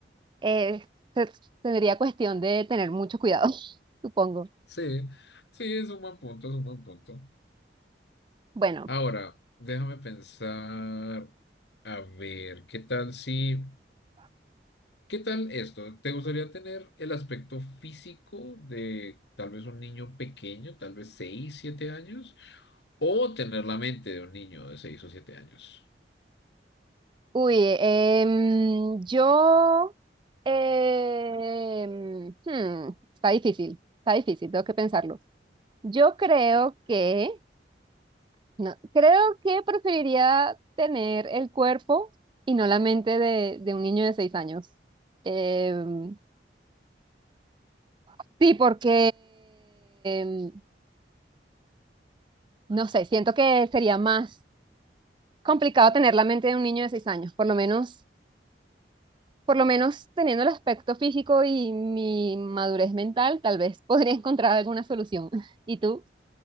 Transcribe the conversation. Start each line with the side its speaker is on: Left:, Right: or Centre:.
Right: eh, se- tendría cuestión de tener mucho cuidado, <laughs> supongo.
Left: Sí, sí, es un buen punto, es un buen punto.
Right: Bueno,
Left: Ahora, déjame pensar, a ver, ¿qué tal si, qué tal esto? ¿Te gustaría tener el aspecto físico de tal vez un niño pequeño, tal vez 6, 7 años, o tener la mente de un niño de seis o siete años?
Right: uy, em, yo... em, hmm, está difícil, está difícil, tengo que pensarlo. Yo creo que... No, creo que preferiría tener el cuerpo y no la mente de, de un niño de seis años. Em, Sí, porque, mm, no sé, siento que sería más complicado tener la mente de un niño de seis años, por lo menos, por lo menos teniendo el aspecto físico y mi madurez mental, tal vez <laughs> podría encontrar alguna solución. <laughs> ¿Y tú?